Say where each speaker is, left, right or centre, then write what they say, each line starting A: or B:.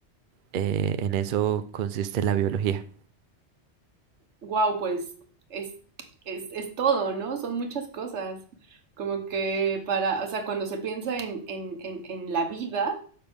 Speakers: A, on the right; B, on the right.
A: eh, en eso consiste la biología.
B: Wow, pues es es es todo, ¿no? Son muchas cosas. Como que para, o sea, cuando se piensa en en en en la vida